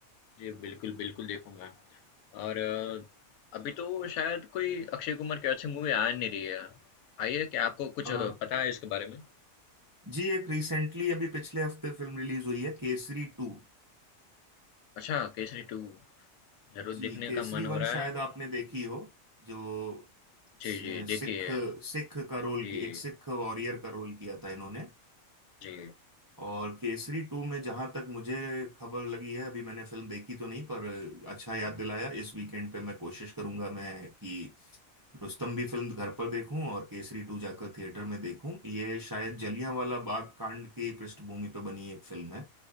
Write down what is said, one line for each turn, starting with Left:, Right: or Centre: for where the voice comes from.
Left: जी बिल्कुल बिल्कुल देखूंगा और अ, अभी तो शायद कोई अक्षय कुमार की अच्छी मूवी आ नहीं रही है आई है क्या आपको कुछ
Right: अ,
Left: पता है इसके बारे में
Right: जी एक रिसेंटली अभी पिछले हफ्ते फिल्म रिलीज हुई है केसरी टू
Left: अच्छा केसरी टू जरूर
Right: जी
Left: देखने
Right: केसरी
Left: का मन
Right: वन
Left: हो रहा
Right: शायद
Left: है
Right: आपने देखी हो जो
Left: जी
Right: सिख
Left: जी देखिए
Right: सिख का रोल
Left: जी
Right: की एक सिख वॉरियर का रोल किया था इन्होंने
Left: जी
Right: और केसरी टू में जहां तक मुझे खबर लगी है अभी मैंने फिल्म देखी तो नहीं पर अच्छा याद दिलाया इस वीकेंड पे मैं कोशिश करूंगा मैं कि रुस्तम भी फिल्म घर पर देखूं और केसरी टू जाकर थिएटर में देखूं ये शायद जलियांवाला बाग कांड की पृष्ठभूमि पर बनी एक फिल्म है